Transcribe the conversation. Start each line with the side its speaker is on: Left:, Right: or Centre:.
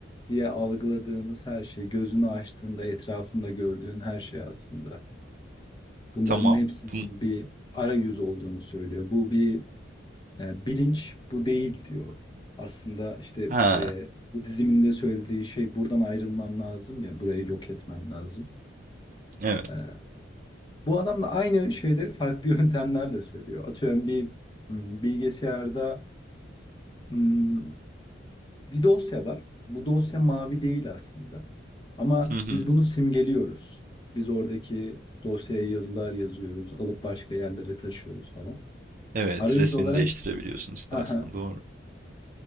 Left: diye algıladığımız her şey, gözünü açtığında etrafında gördüğün her şey aslında. Bunların
Right: Tamam.
Left: hepsinin
Right: Bun
Left: bir arayüz olduğunu söylüyor. Bu bir e, bilinç, bu değil diyor. Aslında işte
Right: He,
Left: e, bu diziminde söylediği şey buradan ayrılman lazım ya, burayı yok etmen lazım.
Right: evet.
Left: E, bu adam da aynı şeyleri farklı <laughs> yöntemlerle söylüyor. Atıyorum bir m, bilgisayarda m, bir dosya var. Bu dosya mavi değil aslında. Ama
Right: Hı hı.
Left: biz bunu simgeliyoruz. Biz oradaki dosyaya yazılar yazıyoruz, alıp başka yerlere taşıyoruz falan.
Right: Evet,
Left: Arayüz
Right: resmini
Left: olarak
Right: değiştirebiliyorsun
Left: <laughs>
Right: istersen,
Left: haha,
Right: doğru.